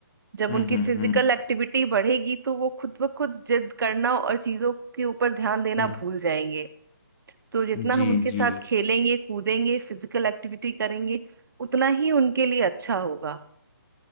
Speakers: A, on the right; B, on the left.
A: जब
B: हम्म
A: उनकी
B: हम्म
A: फिजिकल
B: हम्म
A: एक्टिविटी बढ़ेगी तो वो खुद ब खुद जिद करना और चीजों के ऊपर ध्यान देना
B: हम्म,
A: भूल जाएंगे तो जितना
B: जी
A: हम उनके साथ
B: जी
A: खेलेंगे कूदेंगे फिजिकल एक्टिविटी करेंगे उतना ही उनके लिए अच्छा होगा